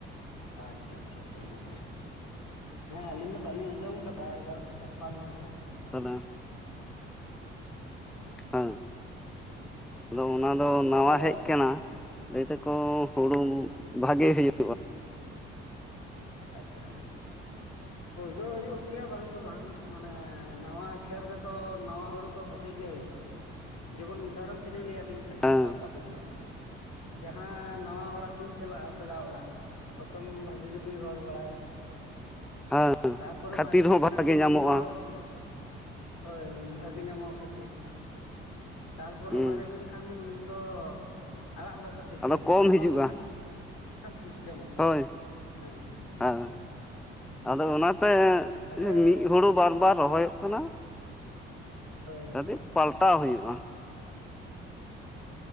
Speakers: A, on the left; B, in the centre.
A: ᱟᱪᱪᱷᱟ ᱟᱪᱪᱷᱟ <unintelligible> ᱦᱮᱸ ᱟᱹᱞᱤᱧ ᱫᱚ ᱵᱟᱞᱤᱧ ᱟᱸᱡᱚᱢ ᱠᱟᱫᱟ ᱮᱜᱟᱨᱚᱥᱚ ᱪᱷᱟᱯᱟᱱᱱᱚ ᱫᱚ
B: ᱛᱟᱦᱚᱞᱮ ᱦᱮᱸ ᱟᱫᱚ ᱚᱱᱟ ᱫᱚ ᱱᱟᱣᱟ
A: ᱛᱟᱦᱚᱞᱮ
B: ᱦᱮᱡ ᱠᱟᱱᱟ ᱞᱟᱹᱭ ᱫᱟᱠᱚ ᱦᱩᱲᱩ ᱵᱷᱟᱜᱮ ᱦᱩᱭᱩᱜ
A: ᱟᱪᱷᱟ ᱦᱮᱸ
B: <inaudible>
A: ᱦᱩᱭ ᱫᱚ ᱦᱩᱭᱩᱜ ᱜᱮᱭᱟ ᱵᱟᱝ ᱫᱚ ᱵᱟᱝ ᱢᱟᱱᱮ ᱱᱟᱣᱟ ᱠᱷᱮᱛ ᱨᱮᱫᱚ ᱱᱟᱣᱟ ᱦᱩᱲᱩ ᱫᱚ ᱵᱷᱟᱹᱜᱤ ᱜᱮ ᱦᱩᱭᱩᱜᱼᱟ ᱡᱮᱢᱚᱱ ᱩᱫᱟᱦᱚᱨᱚᱱ ᱛᱮᱞᱤᱧ ᱞᱟᱹᱭ ᱟᱹᱵᱤᱱ ᱠᱟᱱᱟ
B: ᱦᱮᱸ
A: ᱥᱟᱵ ᱠᱟᱜ ᱵᱤᱱ ᱦᱮ ᱡᱟᱦᱟᱸ ᱱᱟᱣᱟ ᱚᱲᱟᱜ ᱵᱤᱱ ᱪᱟᱞᱟᱜᱼᱟ ᱯᱮᱲᱟ ᱚᱲᱟᱜ ᱯᱨᱚᱛᱷᱚᱢ ᱵᱷᱟᱹᱜᱤ ᱵᱤᱱ ᱨᱚᱲ ᱵᱟᱲᱟᱭᱟ
B: ᱦᱮᱸ
A: ᱛᱟᱨ ᱯᱚᱨᱮ
B: ᱠᱷᱟᱹᱛᱤᱨ
A: ᱢᱟᱨᱮ
B: ᱦᱚᱸ
A: ᱞᱮᱱᱠᱷᱟᱱ
B: ᱵᱷᱟᱜᱮ
A: ᱵᱤᱱ
B: ᱧᱟᱢᱚᱜᱼᱟ
A: ᱩᱱᱫᱚ ᱦᱳᱭ ᱵᱷᱟᱹᱜᱤ ᱧᱟᱢᱚᱜᱼᱟ ᱠᱷᱟᱹᱛᱤᱨ ᱛᱟᱨ ᱯᱚᱨᱮ
B: ᱦᱩᱸ
A: ᱢᱟᱨᱮ ᱞᱮᱱᱠᱷᱟᱱ ᱵᱤᱱ ᱩᱱᱫᱚ ᱟᱲᱟᱜ ᱦᱚᱸ ᱵᱟᱠᱚ ᱛᱤᱠᱤᱭᱟ
B: ᱟᱫᱚ
A: ᱵᱤᱱᱟ
B: ᱠᱚᱢ
A: ᱚᱱᱮ
B: ᱦᱤᱡᱩᱜᱼᱟ
A: ᱚᱱᱠᱟ ᱟᱱ <inaudible> ᱥᱤᱥᱴᱮᱢᱚᱜ ᱠᱟᱱᱟ
B: ᱦᱳᱭ
A: ᱦᱮᱸ
B: ᱦᱮᱸ ᱟᱫᱚ ᱚᱱᱟ ᱛᱮ
A: ᱛᱟᱦᱚᱞᱮ
B: ᱢᱤᱫ ᱦᱩᱲᱩ ᱵᱟᱨ ᱵᱟᱨ ᱨᱚᱦᱚᱭᱚᱜ ᱠᱟᱱᱟ
A: ᱦᱳᱭ ᱦᱳᱭ
B: ᱠᱟᱹᱴᱤᱡ
A: ᱦᱩᱸ
B: ᱯᱟᱞᱴᱟᱣ ᱦᱩᱭᱩᱜᱼᱟ